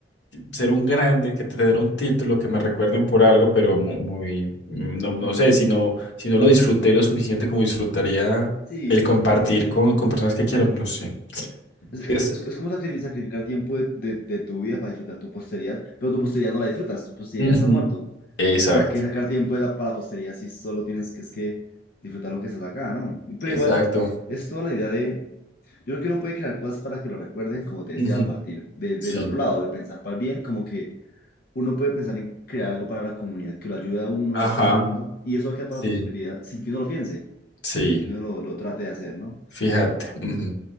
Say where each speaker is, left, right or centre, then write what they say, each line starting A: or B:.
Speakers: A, on the left (about 85°); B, on the left (about 55°).
A: ser un grande, que tener un título, que me recuerden por algo, pero mu- muy, mm, no,
B: Ujú.
A: no sé, si no, si no lo disfruté lo suficiente como disfrutaría
B: Sí,
A: el
B: es
A: compartir
B: verdad, es verdad.
A: con, con personas que quiero, no sé.
B: Es,
A: Es
B: es-
A: que es-
B: es- es como sacrifi- sacrificar tiempo de, de- de tu vida para disfrutar tu posteridad, pero tu posteridad no la disfrutas, tu posteridad
A: Ujú.
B: está muerto.
A: Exacto,
B: Entonces, ¿para qué sacar tiempo de la, para la posteridad si solo tienes que, es que disfrutar lo que estás acá, ¿no? Pero
A: exacto.
B: igual, es toda la idea de Yo creo que uno puede crear cosas para que lo recuerden, como te decía,
A: Ujú.
B: a partir de- del
A: Sí,
B: otro lado, de pensar para el bien, como que uno puede pensar en crear algo para la comunidad que lo ayude a uno
A: ajá,
B: y a todo mundo, y eso va a quedar
A: sí,
B: para la posibilidad sin que uno lo piense,
A: sí,
B: sin que uno lo, lo trate de hacer, ¿no?
A: fíjate. ujú.